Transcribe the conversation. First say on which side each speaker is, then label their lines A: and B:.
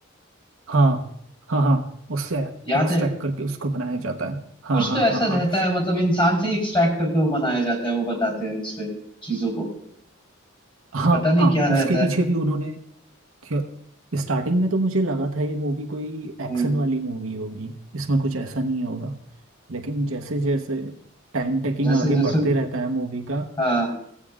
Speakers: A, on the right; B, on the left.
A: हाँ हाँ हाँ उससे
B: याद
A: एक्सट्रैक्ट
B: है
A: करके उसको बनाया जाता है हाँ
B: कुछ
A: हाँ
B: तो ऐसा
A: हाँ हाँ
B: रहता है मतलब इंसान से ही एक्सट्रैक्ट करके वो बनाया जाता है वो बताते हैं उसपे चीजों को
A: हाँ
B: और पता नहीं
A: हाँ
B: क्या रहता
A: उसके पीछे
B: है
A: भी उन्होंने क्यों स्टार्टिंग में तो मुझे लगा था ये मूवी कोई एक्शन
B: हम्म
A: वाली मूवी होगी इसमें कुछ ऐसा नहीं होगा लेकिन जैसे जैसे टाइम टेकिंग
B: जैसे
A: आगे
B: जैसे
A: बढ़ते रहता है मूवी का
B: हाँ